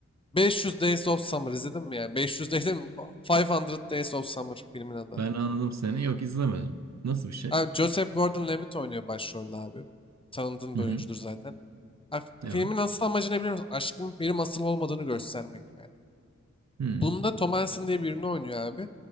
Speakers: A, on the left; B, on the right.
A: 500 Days of Summer izledin mi ya? 500 değil de 500 Days of Summer filmin adı.
B: Ben anladım seni. Yok izlemedim. Nasıl bir şey?
A: Abi Joseph Gordon-Levitt oynuyor başrolde abi. Tanıdığın
B: Hı
A: bir
B: hı.
A: oyuncudur zaten. Abi,
B: Evet.
A: filmin asıl amacı ne biliyor musun? Aşkın film asıl olmadığını göstermek yani.
B: Hı.
A: Bunda Tom Hansen diye birini oynuyor abi.